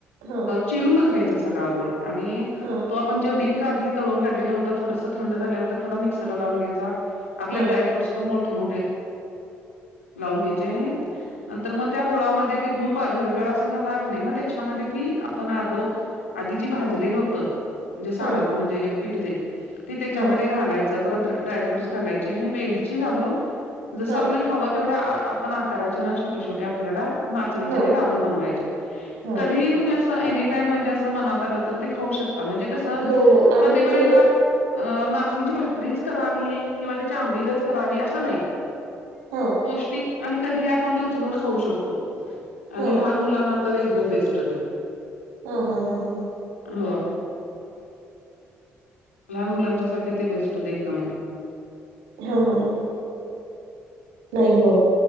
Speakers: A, on the right; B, on the left.
A: हा
B: चिरूनच घ्यायचा सगळा गुळ, आणि
A: ह्म.
B: तो आपण, जो डिंक आधी तळून काढलेला होता, थोडस थंड झाल्यांतर, थोडा मिक्सरला लावून घ्यायचा. आपले
A: हा
B: ड्राय फ्रूट्स पण मोठे-मोठे, लावून घ्यायचे, आणि नंतर मग त्या गोळामध्ये, ते गुळ पा-विरगळ असा झाला का नाही, म त्याच्यामध्ये ती, आपण आदो आधी जी भाजलेलं होत, जे सारण,
A: हा
B: म्हणजे पिठ जे, ते त्याच्यामध्ये
A: हा
B: घालायच. परत ड्राय फ्रूटस घालायची, आणि वेलची घालून, जसं
A: हा
B: आपल्याला हवं तेवढ्या पण आकाराचे ना, छोटे-छोटे आपल्याला, नाचणीचे
A: हा
B: ते लाडू बनवायचे,
A: हा
B: कधी तुम्ही असं एनी टाइम, म्हणजे अस, मनात आलं तर, ते खाऊ शकता, म्हणजे कसं
A: हो हो
B: प्रत्येक
A: आणि
B: वेळेला
A: ते
B: अ नाचणीची भाकरीच करावी, किंवा त्याचे आंबिलच करावी, असं नाही.
A: ह्म.
B: पौष्टिक आणि कधीही आपण ते उचलून, खाऊ शकतो, आणि
A: हा
B: लहान मुलांना तर एकदम बेस्ट ते.
A: हां हां हां हां.
B: हो, लहान मुलांच्या साठी, ते बेस्ट होते, एकदम.
A: हां हां हं. नही हो,